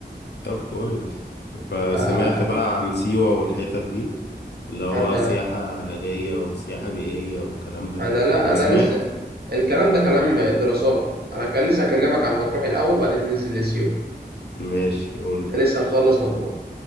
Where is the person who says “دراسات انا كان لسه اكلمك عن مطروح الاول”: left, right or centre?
Right